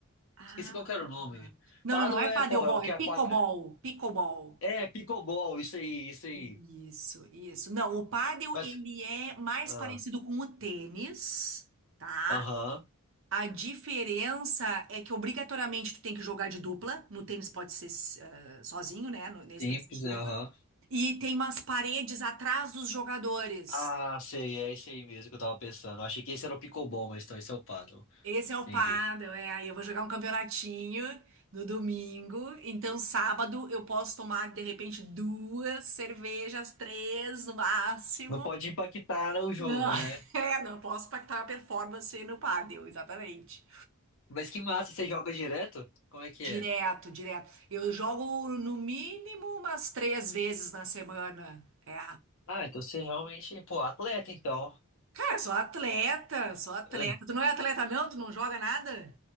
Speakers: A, on the right; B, on the left.
A: Ah.
B: Esqueci qual que era o nome.
A: Não,
B: Paddle
A: não, não é
B: é
A: padelbol,
B: qual? É o que
A: é pickleball,
B: é a quadra?
A: pickleball.
B: É, pickleball, isso aí, isso aí.
A: Isso, isso. Não, o pádel
B: Mas,
A: ele é mais
B: ah,
A: parecido com o tênis, tá?
B: aham,
A: A diferença é que obrigatoriamente tu tem que jogar de dupla. No tênis pode ser eh, sozinho, né? No- Nesse
B: simples,
A: tem que ser de
B: né,
A: dupla.
B: aham.
A: E tem umas paredes atrás dos jogadores.
B: Ah, sei, é isso aí mesmo que eu tava pensando. Eu Achei que esse era o pickleball, mas então esse é o paddle.
A: Esse é o
B: Entendi.
A: pádel, é. Aí eu vou jogar um campeonatinho no domingo. Então, sábado eu posso tomar, de repente, duas cervejas, três no máximo.
B: Não pode impactar o jogo,
A: Não, <laughs>
B: né?
A: é, não posso impactar a performance no pádel, exatamente.
B: Mas que massa, você joga direto? Como é que
A: Direto,
B: é?
A: direto. Eu jogo no mínimo umas três vezes na semana. É.
B: Ah, então você realmente, pô, atleta, então.
A: Cara, sou atleta, sou atleta.
B: <laughs>
A: Tu não é atleta, não? Tu não joga nada?